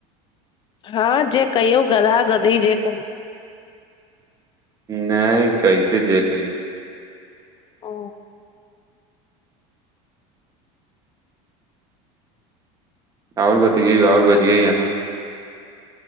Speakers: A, on the left (about 30°); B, on the right (about 20°).
A: हँ जे कहियौ गधा गधी जे कहियौ
B: नहि कैसे जे कहै
A: ओ
B: आओर बतैै आओर बजियै अहाँ